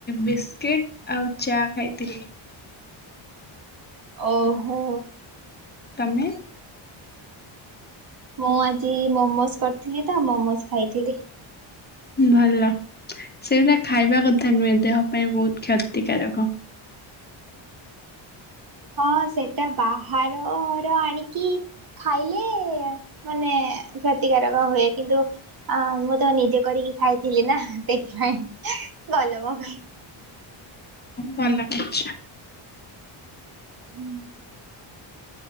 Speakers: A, on the left; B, on the right.
A: ବିସ୍କିଟ ଆଉ ଚା ଖାଇଥିଲି।
B: ଓହୋ।
A: ତମେ
B: ମୁଁ ଆଜି ମୋମୋସ କରିଥିଲି ତ ମୋମୋସ୍ ଖାଇଥିଲି।
A: ଭଲ ସେଗୁଡ଼ା ଖାଇବା କଥା ନୁହେଁ ଦେହ ପାଇଁ ବହୁତ କ୍ଷତିକାରକ।
B: ହଁ ସେଟା ବାହାରର ଆଣିକି ଖାଇଲେ ମାନେ କ୍ଷତିକାରକ ହୁଏ କିନ୍ତୁ ଅ ମୁଁ ତ ନିଜେ କରିକି ଖାଇଥିଲି ନା ସେଥିପାଇଁ ଭଲ ମୋ ପାଇଁ।
A: ଭଲ କରିଛ।
B: ହୁଁ।